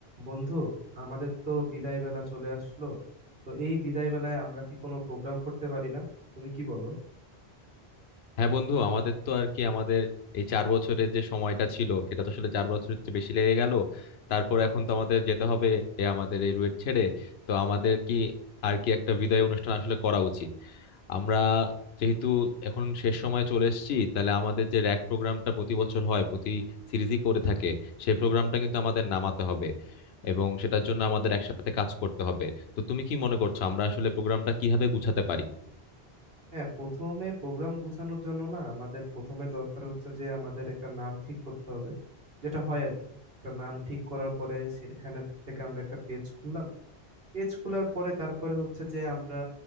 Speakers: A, on the right; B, on the left.
A: বন্ধু আমাদের তো বিদায় বেলা চলে আসলো তো এই বিদায় বেলায় আমরা কি কোনো প্রোগ্রাম করতে পারি না তুমি কি বলো
B: হ্যাঁ বন্ধু আমাদের তো আর কি আমাদের এই চার বছরের যে সময়টা ছিল সেটা তো আসলে চার বছরের চেয়ে বেশি লেগে গেল তারপর এখন তো আমাদের যেতে হবে এ আমাদের এই রুয়েট ছেড়ে তো আমাদের কি আর কি একটা বিদায় অনুষ্ঠান আসলে করা উচিত আমরা যেহেতু এখন শেষ সময় চলে এসেছি তাহলে আমাদের যে র্যাক প্রোগ্রামটা প্রতি বছর হয় প্রতি সিরিজই করে থাকে সেই প্রোগ্রামটা কিন্তু আমাদের নামাতে হবে এবং সেটার জন্য আমাদের একসাথে কাজ করতে হবে তো তুমি কি মনে করছো আমরা আসলে প্রোগ্রামটা কিভাবে গুছাতে পারি
A: হ্যাঁ প্রথমে প্রোগ্রাম গুছানোর জন্য না আমাদের প্রথমে দরকার হচ্ছে যে আমাদের একটা নাম ঠিক করতে হবে যেটা হয় আর কি একটা নাম ঠিক করার পরে সেখানে থেকে আমরা একটা পেজ খুললাম পেজ খোলার পরে তারপরে হচ্ছে যে আমরা